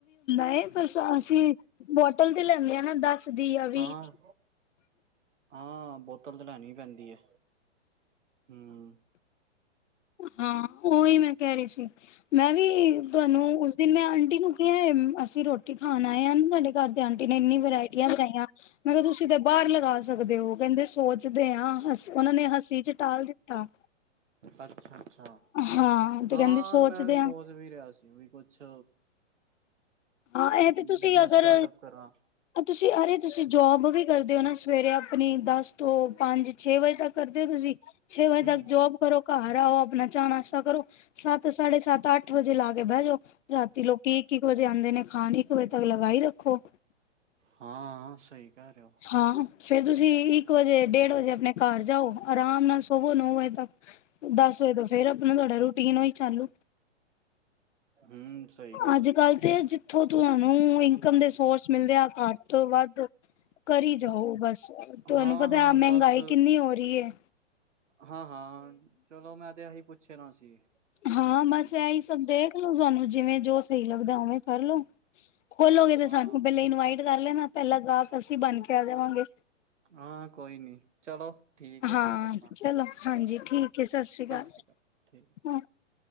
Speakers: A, on the left; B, on the right.
A: ਨੀ ਪਰ ਅਸੀਂ ਬੋਟਲ ਤੇ ਲੈਂਦੇ ਆ, ਨਾ, ਦੱਸ ਦੱਸ ਦੀ ਆ, ਵੀਹ
B: ਹਾਂ
A: ਦੀ।
B: ਹਾਂ ਬੋਤਲ ਤਾਂ ਲੈਣੀ ਪੈਂਦੀ ਹੈ। ਹੂੰ
A: ਹਾਂ ਉਹੀ ਮੈਂ ਕਹਿ ਰਹੀ ਸੀ। ਮੈਂ ਵੀ ਤੁਹਾਨੂੰ ਉਸ ਦਿਨ ਮੈਂ ਆਂਟੀ ਨੂੰ ਕਿਹਾ ਅਸੀਂ ਰੋਟੀ ਖਾਣ ਆਏ ਹਾਂ। ਤੁਹਾਡੇ ਘਰ ਦੇ ਆਂਟੀ ਨੇ ਇੰਨੀ ਵਰਾਇਟੀਆਂ ਬਣਾਈਆਂ ਮੈਂ ਕਿਹਾ ਤੁਸੀਂ ਤੇ ਬਾਹਰ ਲਗਾ ਸਕਦੇ ਹੋ ਕਹਿੰਦੇ ਸੋਚਦੇ ਆ ਉਹਨਾਂ ਨੇ ਹੱਸੀ ਚ ਟਾਲ ਦਿੱਤਾ।
B: ਅੱਛਾ ਅੱਛਾ
A: ਹਾਂ ਤੇ
B: ਹਾਂ
A: ਕਹਿੰਦੇ ਸੋਚਦੇ
B: ਮੈਂ ਸੋਚ
A: ਹਾਂ
B: ਵੀ ਰਿਹਾ ਸੀ ਵੀ ਕੁਛ-
A: ਹਾਂ ਇਹ ਤੇ ਤੁਸੀਂ
B: ਬਿਜਨਸ
A: ਅਗਰ
B: ਸਟਾਰਟਅਪ ਕਰਾਂ
A: ਤੁਸੀਂ ਅਰੇ ਤੁਸੀਂ ਜੋਬ ਵੀ, ਕਰਦੇ ਹੋ ਨਾ ਸਵੇਰੇ ਆਪਣੀ ਦਸ ਤੋਂ ਪੰਜ ਛੇ ਵਜੇ ਤੱਕ, ਕਰਦੇ ਹੋ ਤੁਸੀਂ ਛੇ ਵਜੇ
B: ਹਮ
A: ਤੱਕ ਜੋਬ ਕਰੋ। ਘਰ ਆਓ ਅਪਣਾਂ ਚਾ ਨਾਸ਼ਤਾ ਕਰੋ, ਸੱਤ ਸਾਢੇ ਸੱਤ ਅੱਠ ਵਜੇ ਲਾ ਕੇ ਬੈ ਜੋ, ਰਾਤੀ ਲੋਕੀ ਇੱਕ ਇੱਕ ਵਜੇ ਆਂਦੇ ਨੇ। ਖਾਣ ਇੱਕ ਵਜੇ ਤੱਕ ਲਗਾਈ ਰੱਖੋ।
B: ਹਾਂ, ਸਹੀ ਕੈ ਰੇ ਔ।
A: ਹਾਂ ਫੇਰ, ਤੁਸੀਂ ਇੱਕ ਵਜੇ ਡੇਢ ਵਜੇ ਅਪਣੇ ਘਰ ਜਾਓ ਆਰਾਮ ਨਾਲ ਸੋਵੋ ਨੌ ਵਜੇ ਤੱਕ। ਦਸ ਵਜੇ ਤੋਂ ਫੇਰ ਅਪਣਾ ਤੁਹਾਡਾ ਰੂਟੀਨ ਔਈ ਚਾਲੂ।
B: ਹਮ ਸਹੀ ਗੱਲ
A: ਅੱਜ
B: ਹੈ
A: ਕੱਲ੍ਹ ਤੇ ਜਿੱਤ ਇੱਥੋਂ ਤੁਹਾਂਨੂੰ ਇਨਕਮ ਦੇ ਸੋਰਸ ਮਿਲਦੇ ਆ, ਘੱਟ ਤੋਂ ਵੱਧ। ਪੀ ਜਾਓ ਬਸ ਤੁਵਾਨੁ
B: ਹਾਂ
A: ਪਤਾ
B: ਹਾਂ
A: ਮੈੰਗਾਈ
B: ਬਸ
A: ਕਿੰਨੀ ਹੋ ਰੀ ਏ।
B: ਹਾਂ ਹਾਂ ਚਲੋ, ਮੈਂ ਤੇ ਐਹੀ ਪੁੱਛਨਾ ਸੀ।
A: ਹਾਂ, ਬਸ ਐਹੀ ਸਭ ਦੇਖਲੋ ਤੁਹਾਨੂੰ ਜਿਵੇਂ ਜੋ ਸਹੀ ਲੱਗਦਾ ਉਵੇਂ ਕਰਲੋ। <inaudible> ਖੋਲੋਗੇ ਤੇ
B: ਹਾਂ
A: ਸਾਨੂੰ ਪਹਿਲੇ ਇਨਵਾਈਟ ਕਰ ਲੈਣਾ ਪਹਿਲਾ ਗਾਹਕ ਅਸੀਂ ਬਣ ਕੇ ਆ ਜਾਵਾਂਗੇ।
B: ਹਾਂ, ਕੋਈ ਨੀ ਚਲੋ। ਠੀਕ ਹੈ
A: ਹਾਂ
B: ਫੇਰ ਕਰਨਾ
A: ਚਲੋ, ਹਾਂਜੀ ਠੀਕ ਏ, ਸਤ ਸ੍ਰੀ ਕਾਲ।
B: ਸਤਿ ਅਕਾਲ ਠੀਕ